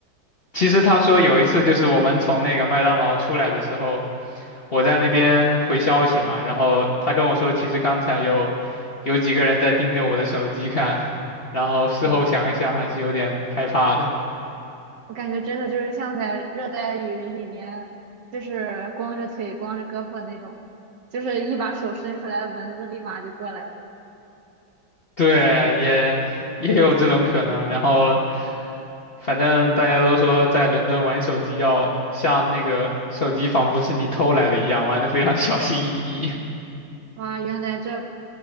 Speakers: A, on the left; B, on the right.
A: 其实他说有一次就是我们从那个麦当劳出来的时候，我在那边回消息嘛，然后他跟我说，其实刚才有有几个人在盯着我的手机看，然后事后想一想还是有点害怕的。
B: <laughs> 嗯，我感觉真的就是像在热带雨林里面，就是光着腿、光着胳膊那种，就是一把手伸出来，蚊子立马就过来了。
A: 对，也也有这种可能，然后。反正大家都说在伦敦玩手机要像那个手机仿佛是你偷来的一样，玩的非常 <laughs> 小心翼翼。
B: 哇，原来这